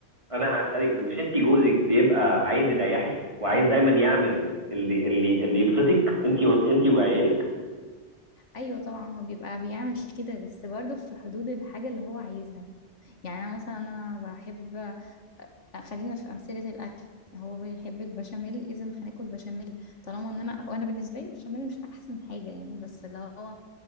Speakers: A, on the right; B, on the left.
A: انا هسالك طب مش انت جوزك بيبقى عايز يريحك وعايز دايما يعمل اللي اللي اللي يبسطك انت انت وعيالك
B: ايوه طبعا هو بيبقى بيعمل كده بس برضه في حدود الحاجه اللي هو عايزها يعني انا مثلا انا بحب خلينا في امثله الاكل هو بيحب البشاميل اذا هناكل بشاميل طالما ان انا وانا بالنسبه لي البشاميل مش احسن حاجه يعني بس اللي هو